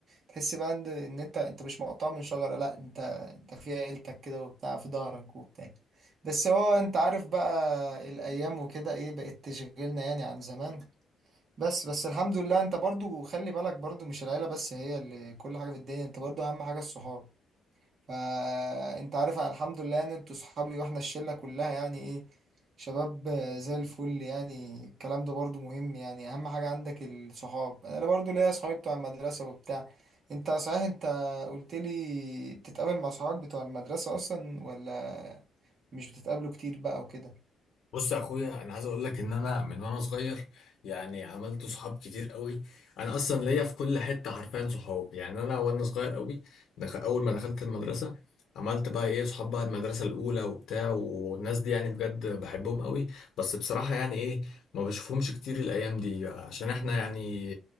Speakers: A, on the right; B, on the left.
A: تحس بقى إن إن أنت أنت مش مقطوع من شجرة لأ أنت أنت في عيلتك كده وبتاع في ظهرك وبتاع بس هو أنت عارف بقى الأيام وكده إيه بقت تشغلنا يعني عن زمان بس بس الحمد لله أنت برضو خلي بالك برضو مش العيلة بس هي اللي كل حاجة في الدنيا أنت برضو أهم حاجة الصحاب فانت عارف أنا الحمد لله ان انتوا صحابي واحنا الشلة كلها يعني ايه شباب آه، زي الفل يعني الكلام ده برضو مهم يعني اهم حاجة عندك الصحاب انا برضو ليا صحابي بتوع المدرسة وبتاع انت صحيح انت قلت لي بتتقابل مع صحابك بتوع المدرسة اصلا ولا مش بتتقابلوا كتير بقى وكده
B: بص يا اخويا انا عايز اقول لك ان انا من وانا صغير يعني عملت صحاب كتير قوي انا اصلا ليا في كل حته حرفيا صحاب يعني انا وانا صغير قوي دخل اول ما دخلت المدرسه عملت بقى ايه صحاب بقى المدرسه الاولى وبتاع والناس دي يعني بجد بحبهم قوي بس بصراحه يعني ايه ما بشوفهمش كتير الايام دي عشان احنا يعني